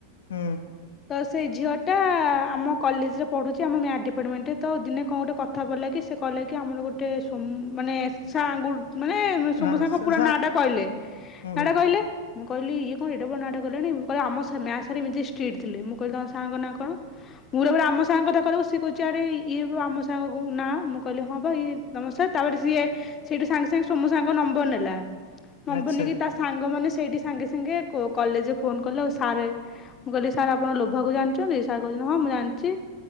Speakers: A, on the left; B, on the left.
A: ହୁଁ
B: ସେ ଝିଅଟା ଆମ କଲେଜରେ ପଢ଼ୁଛି ଆମ ମ୍ୟାଥ୍ ଡିପାର୍ଟମେଣ୍ଟରେ ତ ଦିନେ କଣ ଗୋଟେ କଥା ପଡ଼ିଲା କି ସେ କହିଲା କି ଆମର ଗୋଟେ ସୋମୁ ମାନେ ସାର୍ ଙ୍କୁ ମାନେ ସୋମୁ
A: ହଁ
B: ସାର୍ ଙ୍କ
A: ସା-
B: ପୁରା ନାଁ ଟା କହିଲେ
A: ହୁଁ
B: ନାଁଟା
A: ହୁଁ
B: କହିଲେ ମୁଁ କହିଲି ଇଏ କଣ ଏଡେ ବଡ ନାଁଟା କହିଲେଣି ମୁଁ କହିଲି ଆମ ମ୍ୟାଥ ସାର ଏମିତି ଷ୍ଟ୍ରିଟ୍ ଥିଲେ ମୁଁ କହିଲି ତମ ସାରଙ୍କ ନା କଣ ମୁଁ ପୁରା ଆମ ସାରଙ୍କ କଥା କହିଲା ବେଳକୁ ସିଏ କହୁଛି ଆରେ ଇଏ ଆମ ସାରଙ୍କ ନାଁ ମୁଁ କହିଲି ହଁ ବା ଇଏ ନମସ୍କାର ତାପରେ ସିଏ ସେଇଠୁ ସାଙ୍ଗେ ସାଙ୍ଗେ ସୋମୁ ସାର୍ ଙ୍କ ନମ୍ବର ନେଲା। ନମ୍ବର
A: ଆଚ୍ଛା।
B: ନେଇକିି ତା ସାଙ୍ଗ ମାନେ ସେଇଠି ସାଙ୍ଗେ ସାଙ୍ଗେ କଲେଜରେ ଫୋନ କଲେ ଆଉ ସାର୍ ମୁଁ କହିଲି ସାର୍ ଆପଣ ଲୋଭାକୁ ଜାଣିଛନ୍ତି ସାର କହୁଛନ୍ତି ହଁ ମୁଁ ଜାଣିଛି